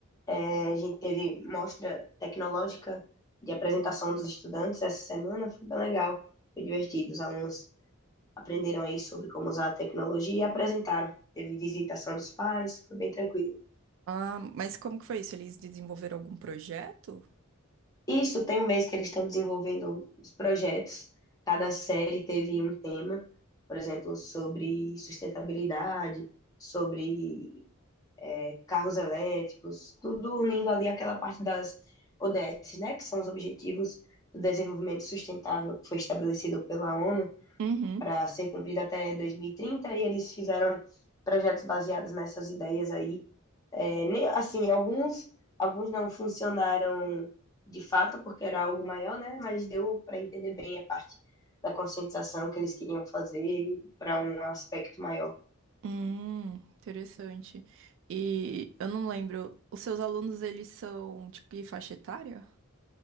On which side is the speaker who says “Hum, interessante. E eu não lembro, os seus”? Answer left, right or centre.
Right